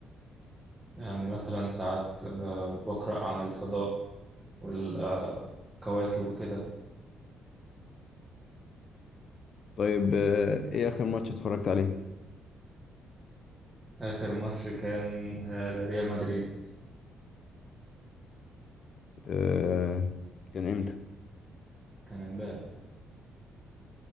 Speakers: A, on the right (about 20°); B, on the left (about 55°).
A: يعني مثلا ساعات آه، بقرأ عن الفضاء والكواكب وكده
B: طيب آه، ايه اخر ماتش اتفرجت عليه
A: آخر ماتش كان آه، لريال مدريد
B: آه، كان امتى
A: كان امبارح